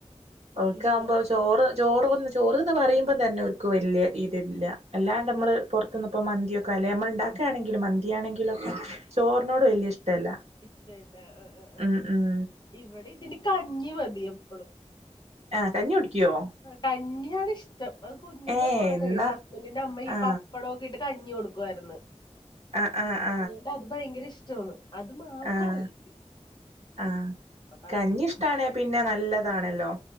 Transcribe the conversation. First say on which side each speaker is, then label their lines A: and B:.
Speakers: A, on the right; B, on the left.
A: ഓക്ക
B: വീട്ടിലതൊക്കെ
A: ആകുമ്പോ ചോറ് ചോറ്ന്ന് ചോറ്ന്ന് പറയുമ്പം തന്നെ ഓർക്ക് വലിയ ഇതില്ല. അല്ലാണ്ട് അമ്മള് പൊർ ത്ത്ന്ന് ഇപ്പോ മന്തിയൊക്കെ അല്ലേ നമ്മൾ ഉണ്ടാക്കുകയാണെങ്കിലും മന്തിയാണെങ്കിലുംക്കെ ചോറിനോട് വലിയ ഇഷ്ടല്ല.
B: ഇഷ്ടല്ല ആഹ്
A: ഉം ഉം
B: ഇവിടെ ഇതിന് കഞ്ഞി മതി എപ്പോഴും.
A: ആ കഞ്ഞി കുടിക്യോ?
B: കഞ്ഞിയാണ് ഇഷ്ടം അത് കുഞ്ഞിലെ
A: ഏ
B: മുതലേ
A: എന്നാ
B: ഹസ്ബൻഡിന്റെ അമ്മ ഈ
A: ആ
B: പ പ്പടവൊക്കെയിട്ട് കഞ്ഞി കൊടുക്കുവാരുന്നു.
A: ആഹ് ആഹ്
B: അതുകൊണ്ടത് ഭയങ്കര ഇഷ്ടമാണ് അത് മാത്രം
A: ആഹ്
B: കഴിക്കും
A: ആഹ്
B: അപ്പൊ
A: കഞ്ഞി
B: അതുകൊണ്ട്
A: ഇഷടാണെ പിന്നെ നല്ലതാണല്ലോ-